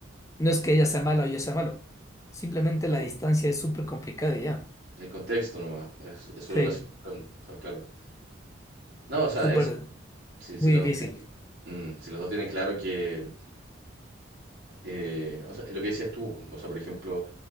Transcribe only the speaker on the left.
no es que ella sea mala o yo sea malo, simplemente
la distancia es súper complicada y ya.
Sí.
Súper,
muy
difícil.